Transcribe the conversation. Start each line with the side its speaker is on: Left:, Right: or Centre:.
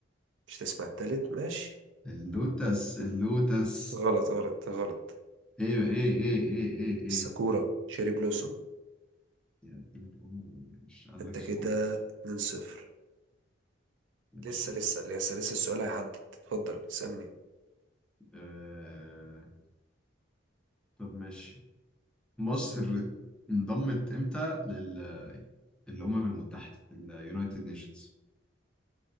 Right: مش تسمع التالت ماشي
Centre: اللوتس اللوتس
Right: غلط غلط غلط
Centre: ايه ايه ايه ايه ايه ايه
Right: الساكورا شيري بلوسوم
Centre: يا دين أمي، مش قال
Right: انت
Centre: لك سكورة
Right: كده 2-0
Centre: ماشي
Right: لسه لسه لسه لسه السؤال هيحدد اتفضل اسألني
Centre: آه... طب ماشي مصر انضمت امتى لل الأمم المتحدة اليونايتد نيشنز